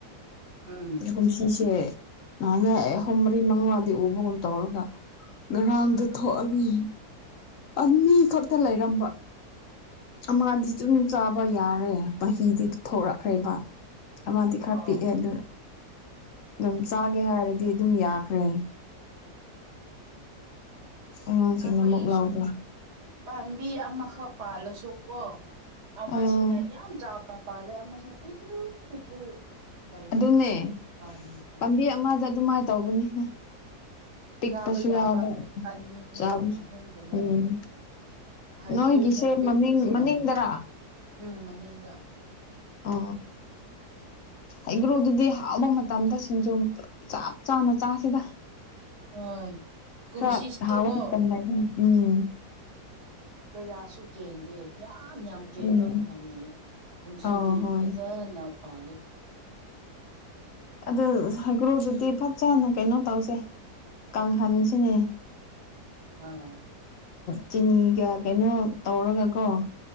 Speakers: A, on the right; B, on the left.
A: ꯎꯝ
B: ꯀꯨꯝꯁꯤꯁꯦ ꯉꯍꯥꯟꯅ ꯑꯍꯨꯝ ꯃꯔꯤ ꯃꯉꯥꯗꯤ ꯎꯕꯒꯨꯝ ꯇꯧꯔꯒ ꯉꯔꯥꯡꯗ ꯊꯣꯛꯑꯒ ꯑꯅꯤ ꯈꯛꯇ ꯂꯩꯔꯝꯕ ꯑꯃꯗꯤꯗꯤ ꯁꯨꯝ ꯆꯥꯕ ꯌꯥꯔꯦ ꯃꯍꯤꯗꯤ ꯊꯣꯔꯛꯈ꯭ꯔꯦꯕ ꯑꯃꯗꯤ ꯈꯔ
A: ꯑꯣ
B: ꯄꯤꯛꯑꯦ ꯑꯗꯨꯅ ꯑꯗꯨꯝ ꯆꯥꯒꯦ ꯍꯥꯏꯔꯗꯤ ꯑꯗꯨꯝ ꯌꯥꯈ꯭ꯔꯦ ꯑꯉꯥꯡꯁꯤꯡꯅ
A: ꯑꯩꯈꯣꯏꯒꯤꯁꯨ
B: ꯑꯃꯨꯛ ꯂꯧꯕ꯭ꯔꯥ
A: ꯄꯥꯝꯕꯤ ꯑꯃꯈꯛ ꯄꯥꯜꯂꯁꯨ ꯑꯣ ꯑꯃꯁꯤꯅ
B: ꯎꯝ
A: ꯌꯥꯝ ꯆꯥꯎꯅ ꯄꯥꯜꯂꯦ ꯑꯃꯁꯤꯅ ꯄꯤꯛꯇ꯭ꯔꯨ ꯄꯤꯛꯇ꯭ꯔꯨ ꯂꯩꯔꯤ
B: ꯑꯗꯨꯅꯦ
A: ꯄꯥꯜꯂꯤ
B: ꯄꯥꯝꯕꯤ ꯑꯃꯗ ꯑꯗꯨꯃꯥꯏꯅ ꯇꯧꯕꯅꯤꯅ ꯄꯤꯛ
A: ꯆꯥꯕ
B: ꯄꯁꯤ ꯌꯥꯕ
A: ꯑꯅꯤ
B: ꯆ
A: ꯑꯍꯨꯝꯒꯨꯝꯕ
B: ꯎꯝ
A: ꯂꯩ ꯍꯩꯒ꯭ꯔꯨꯃꯨꯛ
B: ꯅꯣꯏꯒꯤꯁꯦ
A: ꯄꯤꯛꯄꯁꯨ
B: ꯃꯃꯤꯡ ꯃꯅꯤꯡꯗꯔ
A: ꯂꯩꯔꯤ ꯎꯝ ꯃꯅꯤꯡꯗ
B: ꯑ ꯍꯩꯒ꯭ꯔꯨꯗꯨꯗꯤ ꯍꯥꯎꯕ ꯃꯇꯝꯗ ꯁꯤꯡꯖ ꯆꯞ ꯆꯥꯅ ꯆꯥꯁꯤꯗ
A: ꯍꯣꯏ ꯀꯨꯝꯁꯤꯁꯦꯀꯣ
B: ꯈꯔꯥ ꯍꯧꯕ ꯃꯥꯇꯝ ꯂꯩꯅꯤ ꯎꯝ
A: ꯀꯌꯥꯁꯨ ꯀꯦꯟꯗꯦ ꯌꯥꯝ ꯌꯥꯝ ꯀꯦꯟꯕ
B: ꯎꯝ
A: ꯃꯇꯝꯗ ꯑꯩ ꯀꯨꯝꯁꯤꯗꯤ
B: ꯑ ꯍꯣꯏ
A: ꯐꯖꯅ ꯄꯥꯜꯂꯤ
B: ꯑꯗ ꯍꯥꯏꯩꯒ꯭ꯔꯣꯗꯨꯗꯤ ꯐꯠꯖꯅ ꯀꯩꯅꯣ ꯇꯧꯁꯦ ꯀꯥꯡꯍꯟꯁꯤꯅꯦ
A: ꯍꯣꯏ
B: ꯆꯤꯅꯤꯒ ꯀꯩꯅꯣ ꯇꯧꯔꯒ ꯀꯣ